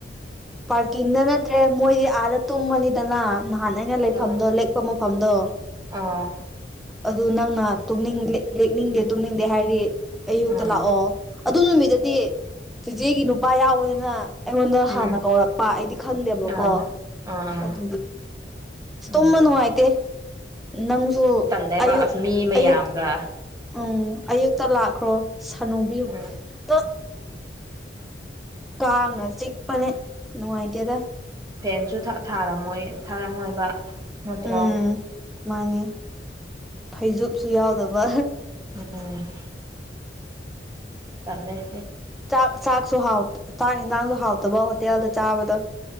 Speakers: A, in the centre; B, on the right (about 20°).
A: ꯄꯥꯔꯀꯤꯡꯗ ꯅꯠꯇ꯭ꯔꯦ ꯃꯣꯏꯗꯤ ꯑꯥꯗ ꯇꯨꯝꯃꯅꯤꯗꯅ ꯅꯍꯥꯟ ꯑꯩꯅ ꯂꯩꯐꯝꯗꯣ
B: ꯑꯣ ꯑꯣ
A: ꯂꯦꯛꯄ ꯃꯐꯝꯗꯣ
B: ꯑꯥ
A: ꯑꯗꯨ ꯅꯪꯅ ꯂꯦꯛꯅꯤꯡꯗꯦ ꯇꯨꯝꯅꯤꯡꯗꯦ ꯍꯥꯏꯔꯤ ꯑꯌꯨꯛꯇ
B: ꯑꯥ
A: ꯂꯥꯛꯑꯣ ꯑꯗꯨ ꯅꯨꯃꯤꯠꯇꯗꯤ ꯆꯤꯆꯦꯒꯤ ꯅꯨꯄꯥ ꯌꯥꯎꯋꯦꯅ ꯑꯩꯉꯣꯟꯗ ꯍꯥꯟꯅ
B: ꯎꯝ
A: ꯀꯧꯔꯛꯄ ꯑꯩꯗꯤ ꯈꯪꯗꯦꯕꯀꯣ
B: ꯑꯥ ꯑꯥ ꯑꯥ
A: ꯑꯗꯨꯒꯤ ꯇꯨꯃꯅꯣ
B: ꯑꯣ
A: ꯑꯥꯏꯇ ꯅꯪꯁꯨ
B: ꯂꯕꯥꯛ
A: ꯑꯌꯨꯛ
B: ꯑꯁ ꯃꯤ ꯃꯌꯥꯝꯒ
A: ꯑꯌꯨꯛ ꯎꯝ ꯑꯌꯨꯛꯇ ꯂꯥꯛꯈ꯭ꯔꯣ ꯁꯥꯅꯨꯕꯤ
B: ꯎꯝ
A: ꯑꯗꯣ ꯀꯥꯡꯅ ꯆꯤꯛꯄꯅꯦ ꯅꯨꯡꯉꯥꯏꯇꯦꯗ
B: ꯐꯦꯟꯁꯨ ꯊꯥꯔꯝꯃꯣꯏ ꯊꯥꯔꯝꯃꯣꯏꯕ ꯅꯠꯇ꯭ꯔꯣ
A: ꯎꯝ ꯃꯥꯅꯤ ꯐꯩꯖꯨꯞꯁꯨ ꯌꯥꯎꯗꯕ
B: ꯑ <inaudible> ꯆꯃꯦꯃꯦ
A: ꯆꯥꯛ ꯆꯥꯛꯁꯨ ꯆꯥꯛ ꯌꯦꯟꯁꯥꯡꯁꯨ ꯍꯥꯎꯇꯕ ꯍꯣꯇꯦꯜꯗ ꯆꯥꯕꯗꯣ